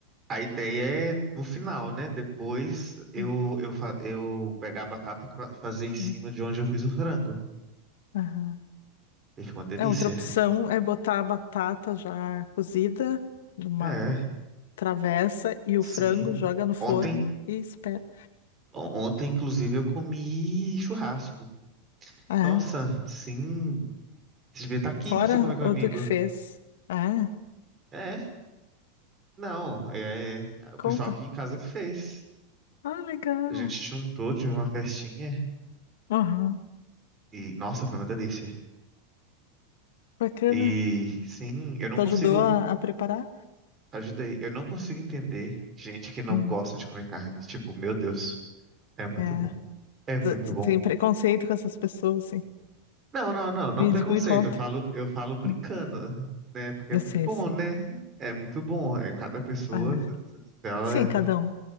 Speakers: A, on the right; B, on the left.
A: a ideia é no final, né? Depois eu,
B: Hum,
A: eu, fa- eu pegar a batata e fa- fazer em cima
B: hum,
A: de onde eu fiz o frango.
B: aham.
A: E fica uma delícia.
B: É, outra opção é botar a batata já cozida numa
A: É,
B: travessa e
A: sim.
B: o frango joga no forno
A: Ontem,
B: e espera.
A: on- ontem, inclusive, eu comi churrasco.
B: Ah,
A: Nossa, sim. Você devia estar aqui
B: fora
A: pra você comer comigo.
B: ou tu que fez? Ah,
A: É, não. É, é o
B: conta.
A: pessoal aqui em casa que fez.
B: Ah, legal.
A: A gente juntou, tive uma festinha.
B: Aham,
A: E, nossa, foi uma delícia.
B: Bacana.
A: E sim, eu não
B: Tu
A: consigo.
B: ajudou a, a preparar?
A: Ajudei. Eu não consigo entender gente que não
B: Hum.
A: gosta de comer carne. Tipo, meu Deus, é muito
B: É,
A: bom. É
B: tu,
A: muito
B: tu
A: bom.
B: tem preconceito com essas pessoas, assim.
A: Não, não, não, não
B: Me,
A: preconceito.
B: diga- me conta.
A: Eu falo, eu falo brincando,
B: Hum,
A: né? Porque
B: Eu
A: é muito
B: sei,
A: bom,
B: eu sei.
A: né? É muito bom. É cada pessoa,
B: É.
A: se- se- se ela
B: Sim, cada um.